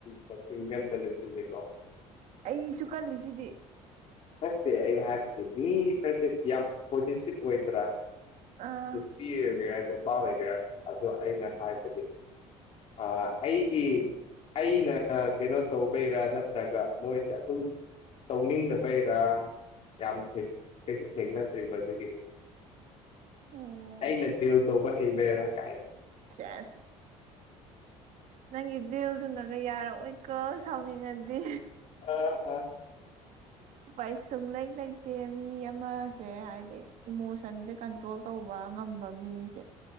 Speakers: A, on the left; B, on the right.
A: ꯄꯆꯤꯡꯒꯟꯕ ꯅꯨꯄꯤꯅꯦꯦꯀꯣ
B: ꯑꯩꯁꯨ ꯀꯜꯂꯤꯁꯤꯗꯤ
A: ꯅꯠꯇꯦ ꯑꯩꯩꯅ ꯍꯥꯏꯕꯗꯤ ꯁꯤꯁ ꯌꯥꯝ ꯄꯣꯁꯤꯠ ꯑꯣꯏꯗ꯭ꯔꯥ
B: ꯑꯥ
A: ꯅꯨꯄꯤ ꯑꯣꯏꯒꯦꯔꯥ ꯅꯨꯄꯥ ꯑꯣꯏꯒꯦꯔꯥ ꯑꯗ ꯑꯩꯅ ꯍꯥꯏꯕꯗꯤ ꯑ ꯑꯩꯒꯤ ꯑꯩꯅ ꯀꯩꯅꯣ ꯇꯧꯕꯩꯔꯥ ꯅꯠꯇ꯭ꯔꯒ ꯃꯣꯏꯁꯦ ꯑꯗꯨꯝ ꯇꯧꯅꯤꯡꯗꯕ ꯐꯩꯔꯥ ꯌꯥꯝ ꯀꯩꯁꯨ ꯊꯦꯡꯅꯗ꯭ꯔꯤꯕ ꯑꯗꯨꯒꯤꯅꯤ
B: ꯑꯣ
A: ꯑꯩꯅ ꯗꯤꯜ ꯇꯧꯕ ꯍꯩꯕꯔꯥ ꯀꯥꯏꯣ
B: ꯆꯥꯁ ꯅꯪꯒꯤ ꯗꯤꯜꯗꯨꯅꯒ ꯌꯥꯔꯛꯑꯣꯏꯀꯣ ꯁꯥꯎꯅꯤꯡꯉꯗꯤ
A: ꯑꯥ ꯑꯥ
B: ꯎ ꯥꯏ ꯁꯨꯡꯂꯩ ꯂꯩꯇꯦ ꯃꯤ ꯑꯃꯁꯦ ꯍꯥꯏꯗꯤ ꯏꯃꯣꯁꯟꯁꯦ ꯀꯟꯇ꯭ꯔꯣꯜ ꯇꯧꯕ ꯉꯝꯕ ꯃꯤꯁꯦ